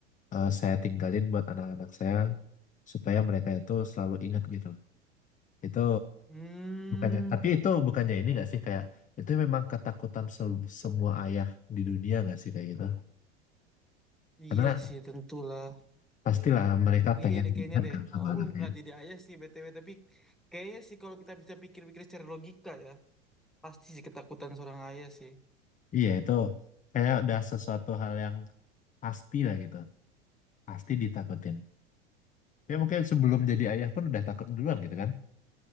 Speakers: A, on the left; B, in the centre.
A: eh, saya tinggalin buat anak-anak saya supaya mereka itu selalu ingat gitu loh. Itu
B: Hmm,
A: bukannya, tapi itu bukannya ini nggak sih kayak itu memang ketakutan sel- semua ayah di dunia nggak sih kayak gitu?
B: iya
A: Karena
B: sih tentulah.
A: pastilah mereka
B: Iya
A: pengen
B: deh
A: diingat
B: kayaknya deh.
A: kan sama
B: Aku
A: anaknya.
B: belum pernah jadi ayah sih BTW tapi kayaknya sih kalau kita bisa pikir-pikir secara logika ya, pasti sih ketakutan seorang ayah sih.
A: Iya itu kayak udah sesuatu hal yang pasti lah gitu, pasti ditakutin. Ya mungkin sebelum jadi ayah pun udah takut duluan gitu kan?